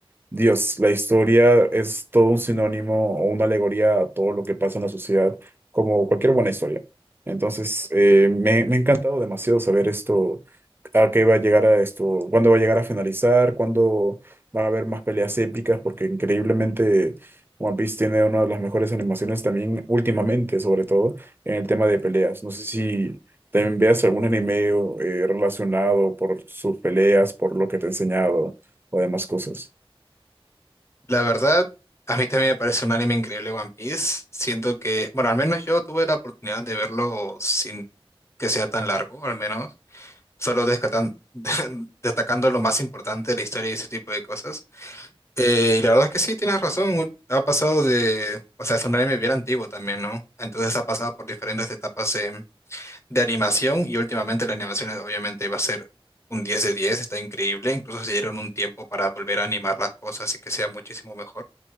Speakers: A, on the right; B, on the left.
A: Dios, la historia es todo un sinónimo o una alegoría a todo lo que pasa en la sociedad, como cualquier buena historia. Entonces, eh, me, me ha encantado demasiado saber esto, a qué va a llegar a esto, cuándo va a llegar a finalizar, cuándo van a haber más peleas épicas, porque increíblemente One Piece tiene una de las mejores animaciones también últimamente, sobre todo en el tema de peleas. No sé si también veas algún anime eh, relacionado por sus peleas, por lo que te he enseñado o demás cosas.
B: La verdad, a mí también me parece un anime increíble One Piece. Siento que, bueno, al menos yo tuve la oportunidad de verlo sin que sea tan largo, al menos, solo descatan- <laughs> destacando lo más importante de la historia y ese tipo de cosas. Eh, y la verdad es que sí, tienes razón, ha pasado de, o sea, es un anime bien antiguo también, ¿no? Entonces ha pasado por diferentes etapas de, de animación y últimamente la animación es obviamente va a ser... Un 10 de diez está increíble, incluso se dieron un tiempo para volver a animar las cosas y que sea muchísimo mejor.